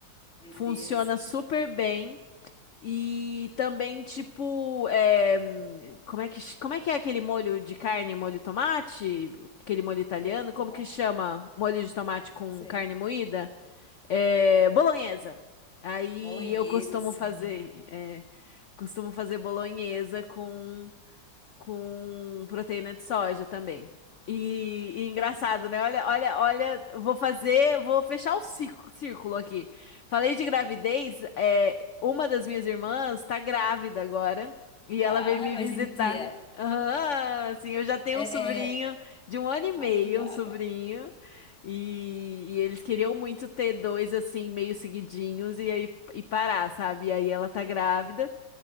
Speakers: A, in the centre; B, on the left.
A: meu
B: funciona
A: Deus.
B: super bem. E também, tipo, é, como é que, ch- como é que é aquele molho de carne, molho tomate? Aquele molho italiano,
A: Molho de
B: como
A: tomate?
B: que chama? Molho de tomate
A: Não
B: com
A: sei.
B: carne moída? É, bolonhesa. Aí
A: Bolonhesa,
B: eu costumo
A: assim.
B: fazer, é, costumo fazer bolonhesa com com proteína de soja também. E, e engraçado, né? Olha, olha, olha, eu vou fazer, vou fechar o cico- círculo aqui. Falei de gravidez, é, uma das minhas irmãs tá grávida agora e ela
A: Ah,
B: veio me
A: vai
B: visitar.
A: ser de tia.
B: Aham, sim, eu já tenho
A: É,
B: um sobrinho
A: é.
B: de um ano e
A: Ah,
B: meio,
A: que legal.
B: um sobrinho, e, e eles queriam muito ter dois assim, meio seguidinhos, e aí e parar, sabe? E aí ela tá grávida.